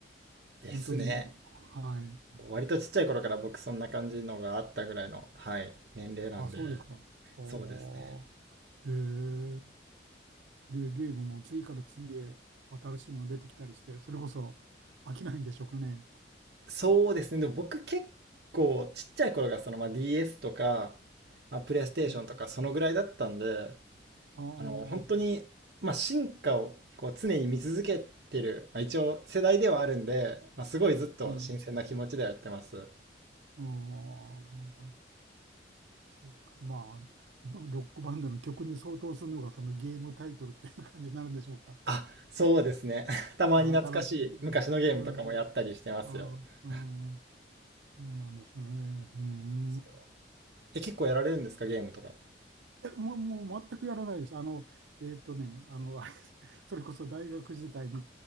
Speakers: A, on the right (about 60°); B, on the right (about 85°).
A: ですね。
B: 本当に、はい。
A: 割とちっちゃい頃から僕そんな感じのがあったぐらいの、はい、年齢なんで、
B: あ、そうですか。はあ。
A: そうですね。
B: へえ。で、ゲームも次から次へ新しいのが出てきたりして、それこそ飽きないんでしょうかね。
A: そうですね。でも僕結構ちっちゃい頃がそのまあ DS とか、まあ、プレイステーションとかそのぐらいだったんで、
B: うん、ああ、
A: あの、本当に、まあ、進化をこう常に見続けてる、まあ、一応世代ではあるんで、まあ、すごいずっと新鮮な気持ちではやってます。
B: うん。ああ、なるほど。そうか、まあ、ロックバンドの曲に相当するのがそのゲームタイトルっていう感じになるんでしょうか。
A: あ、そうですね。<laughs> たまに懐かしい昔のゲームとかもやったりしてますよ。
B: あ新しい。うん、うんあ、うん、
A: で
B: そうなんですね。う
A: すよ
B: ん。
A: え、結構やられるんですか、ゲームとか。
B: いや、もう、もう全くやらないです。あの、えーっとね、あの、<laughs> それこそ大学時代に